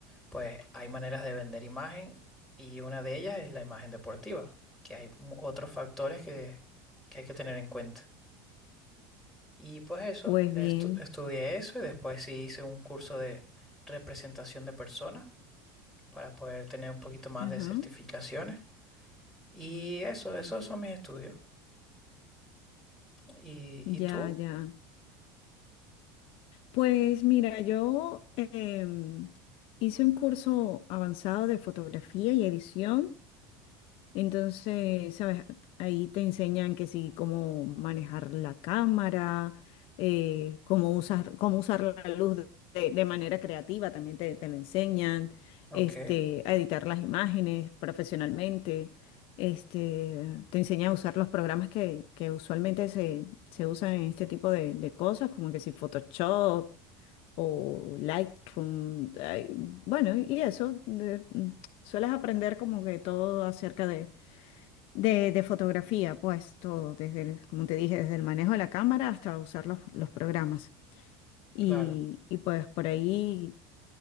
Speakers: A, in the centre; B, on the left.
A: Pues hay maneras de vender imagen y una de ellas es la imagen deportiva, que hay mu- otros factores que, que hay que tener en cuenta. Y pues eso,
B: Pues
A: estu-
B: bien.
A: estudié eso y después sí hice un curso de representación de personas para poder tener un poquito más
B: Ajá.
A: de certificaciones. Y eso, esos son mis estudios. ¿Y, y
B: Ya,
A: tú?
B: ya. Pues mira, yo em, hice un curso avanzado de fotografía y edición, entonces, ¿sabes? Ahí te enseñan que sí, cómo manejar la cámara, eh, cómo usar, cómo usar la luz de, de- de manera creativa, también te, te lo enseñan,
A: Ok,
B: este, a editar las imágenes profesionalmente, este, te enseñan a usar los programas que, que usualmente se, se usan en este tipo de, de cosas, como que si Photoshop o Lightroom. ay, bueno, y eso, de- mm, sueles aprender como que todo acerca de, de, de fotografía, pues todo, desde el- como te dije, desde el manejo de la cámara hasta usar los, los programas. Y,
A: claro,
B: y pues por ahí,